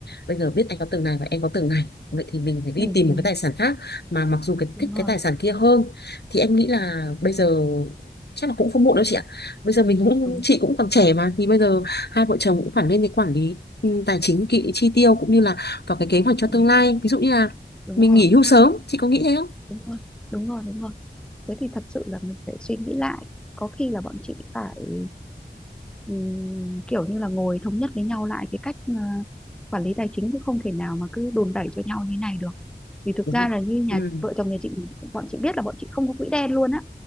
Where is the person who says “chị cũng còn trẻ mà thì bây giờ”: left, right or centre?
Left